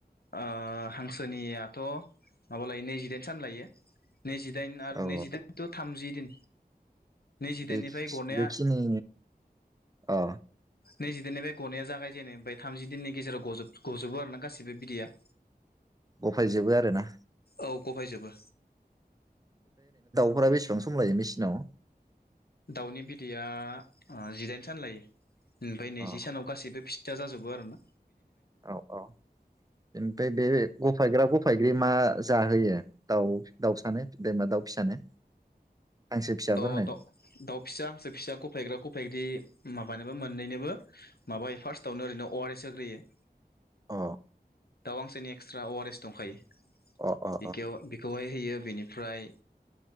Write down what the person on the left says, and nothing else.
ओह हांसोनियाथ' माबा लायो नैजिदाइन सान लायो नैजिदाइन आरो
नैजिदाइन टु थामजि दिन। नैजिदाइननिफ्राय
गनाया
नैजि दाइन निफ्राय गनाया जागाय जेनो ओमफ्राय थामजि दिननि गेजेराव गजोब गजोबो आरो ना गासिबो बिदैया
औ गफायजोबो
दाउनि बिदैया जिदाइन सान लायो ओमफ्राय नैजि
सानाव गासैबो फिथा जाजोब बो आरो ना
द द दाउ फिसा हांसो फिसा गफायग्रा गफायग्रि माबानोबो मोननैनोबो माबायो फार्स्टआवनो ओरैनो अ आर एस होग्रोयो
दाउ हांसोनि एक्सट्रा अ आर एस दंखायो
बिखेव बेखौहाय होयो बेनिफ्राय